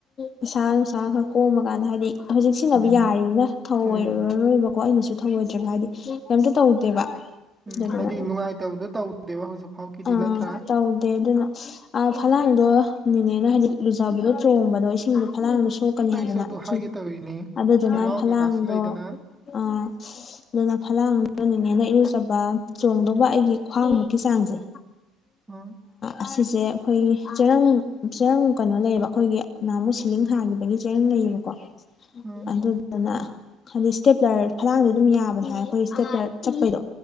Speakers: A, on the left; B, on the right.
A: ꯄꯩꯁꯥ ꯅꯨꯡꯁꯥ ꯈꯔ ꯀꯣꯝꯃ ꯀꯥꯟꯗ ꯍꯥꯏꯗꯤ ꯍꯧꯖꯤꯛ ꯁꯤꯖꯤꯟꯅꯕ
B: ꯎꯝ
A: ꯌꯥꯔꯤꯃꯤꯅ ꯊꯑꯣꯏꯔꯔꯣꯏꯕ
B: ꯎꯝ
A: ꯀꯣ ꯑꯩꯅꯁꯨ ꯊꯧꯑꯣꯏꯗ꯭ꯔꯦꯕ ꯍꯥꯏꯗꯤ ꯀꯩꯝꯇ ꯇꯧꯗꯦꯕ
B: ꯎꯝ
A: ꯑꯗꯨꯅ
B: ꯍꯥꯏꯗꯤ ꯅꯨꯡꯉꯥꯏꯇꯕꯗꯣ ꯇꯧꯗꯦꯕ ꯍꯧꯖꯤꯛ ꯐꯥꯎꯒꯤꯗꯤ
A: ꯑꯥ
B: ꯅꯠꯇ꯭ꯔꯥ
A: ꯇꯧꯗꯦ ꯑꯗꯨꯅ ꯑꯥ ꯐꯂꯥꯡꯗꯣ ꯅꯤꯅꯦꯅ ꯍꯥꯏꯗꯤ ꯂꯨꯖꯕꯗꯣ ꯆꯣꯡꯕꯗꯣ ꯏꯁꯤꯡꯗꯣ ꯐꯂꯥꯡꯗ ꯁꯣꯛ ꯀꯅꯤ
B: ꯑꯩꯁꯨ
A: ꯍꯥꯏꯗꯅ
B: ꯑꯗꯨ
A: ꯏꯁꯤꯡ
B: ꯍꯥꯏꯒꯦ ꯇꯧꯔꯤꯅꯤ
A: ꯑꯗꯨꯗꯨꯅ
B: ꯊꯣꯡꯅꯥꯎ
A: ꯐꯂꯥꯡꯗꯣ
B: ꯀꯩꯀꯥꯁꯨ ꯂꯩꯗꯅ
A: ꯑꯥ ꯑꯗꯨꯅ ꯐꯂꯥꯡ ꯗꯣ ꯅꯤꯅꯦꯅ ꯏꯔꯨꯖꯕ ꯆꯣꯡꯗꯧꯕ ꯑꯩꯒꯤ ꯈ꯭ꯋꯥꯡꯃꯨꯛꯀꯤ ꯆꯥꯡꯖꯦ
B: ꯂꯧꯁꯤꯟꯕ ꯉꯝꯗꯕ
A: ꯑꯁꯤꯁꯦ ꯑꯩꯈꯣꯏꯒꯤ ꯆꯦꯔꯪ ꯆꯦꯔꯪ ꯀꯩꯅꯣ ꯂꯩꯌꯦꯕ ꯑꯩꯈꯣꯏꯒꯤ ꯅꯍꯥꯃꯨꯛ ꯁꯤꯂꯤꯡ ꯍꯥꯒꯤꯕꯒꯤ ꯆꯦꯔꯪ ꯂꯩꯌꯦꯕꯀꯣ
B: ꯎꯝ
A: ꯑꯗꯨꯗꯨꯅ ꯍꯥꯏꯗꯤ ꯏꯁꯇꯦꯞ꯭ꯂꯔ ꯐꯂꯥꯡꯗꯤ ꯑꯗꯨꯝ ꯌꯥꯕꯅꯦ ꯍꯥꯏ ꯑꯩꯈꯣꯏ ꯏꯁꯇꯦꯞꯄꯂꯔ ꯆꯠꯄꯩꯗꯣ